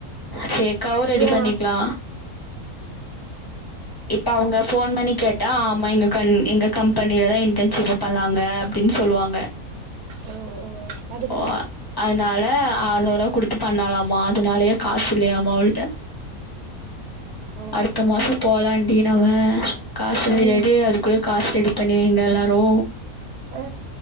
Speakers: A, on the left; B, on the right.
A: ஃபேக்காவு ரெடி
B: ஏ
A: பண்ணிக்லா இப்ப அவுங்க ஃபோன் பண்ணி கேட்டா ஆமா எங்க கன் எங்க கம்பெனிலதா இன்டர்ன்ஷிப்பு பண்ணாங்க அப்டின் சொல்லுவாங்க
B: ஓ ஓ
A: ஓ அன்னால ஆற்நூறுவா குடுத்து பண்ணாலாம் மா அதுனாலயெ காசு இல்லையாமா அவள்ட்ட
B: ஓ
A: அடுத்த மாச போலான் டீனாவ காசு
B: ம்
A: எடு அதுக்குள்ள காசு ரெடி பண்ணி வைங்க எல்லாரூ
B: ஆ